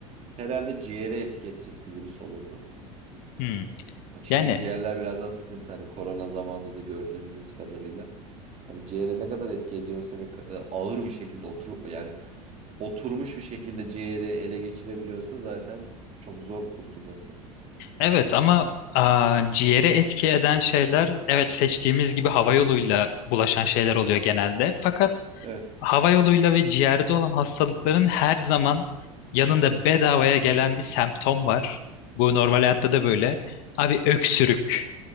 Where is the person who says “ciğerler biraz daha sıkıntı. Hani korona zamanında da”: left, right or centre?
Right